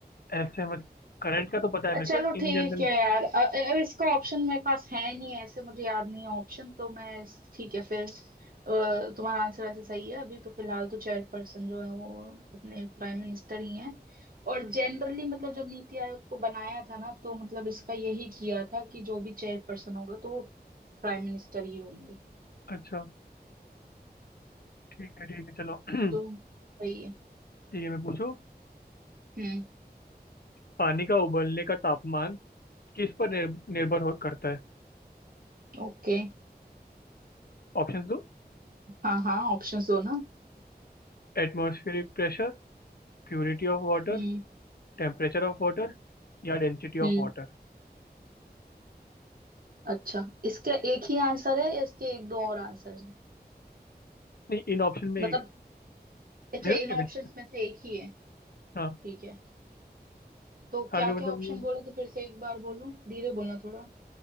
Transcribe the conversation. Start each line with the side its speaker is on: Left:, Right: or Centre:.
Left: ऐसे मत करंट का तो पता है मेरे
Right: अ, चलो
Left: को इन
Right: ठीक
Left: जनरल
Right: है यार अ, अ, इसका ऑप्शन मेरे पास है नहीं ऐसे मुझे याद नहीं है ऑप्शन तो मैं इस- ठीक है फिर अ, तुम्हारा आंसर वैसे सही है अभी तो फिलहाल तो चेयरपर्सन जो है वो अपने प्राइम मिनिस्टर ही हैं और जनरली मतलब जब नीति आयोग को बनाया था ना तो मतलब इसका यही किया था कि जो भी चेयरपर्सन होगा तो वो प्राइम मिनिस्टर ही होंगे
Left: अच्छा ठीक है ठीक है चलो <clears throat>
Right: तो सही है
Left: ठीक है मैं पूछू
Right: हम्म
Left: पानी का उबलने का तापमान किस पर निर, निर्भर हो करता है
Right: ओके
Left: ऑप्शन दो
Right: हाँ हाँ ऑप्शन दो ना
Left: Atmospheric pressure purity of water
Right: हम्म
Left: <laughs> temperature of water या डेंसिटी
Right: हम्म
Left: ऑफ वाटर
Right: अच्छा इसका एक ही आंसर है या इसके एक दो और आंसर हैं
Left: नहीं इन ऑप्शन में
Right: मतलब
Left: एक
Right: अच्छा
Left: में-
Right: इन ऑप्शंस में से एक ही है
Left: हाँ
Right: ठीक है तो
Left: आगे
Right: क्या
Left: मतलब
Right: क्या ऑप्शन बोले थे फिर से एक बार बोलो धीरे बोलना थोड़ा